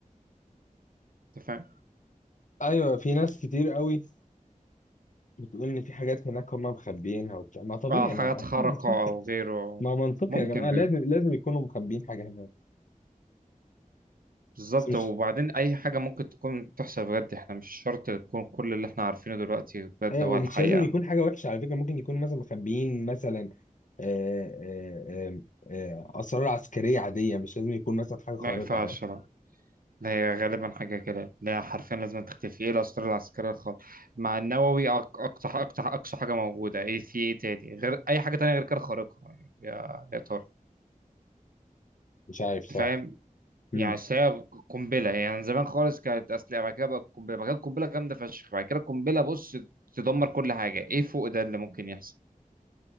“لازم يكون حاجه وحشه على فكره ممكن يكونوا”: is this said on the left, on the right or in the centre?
Left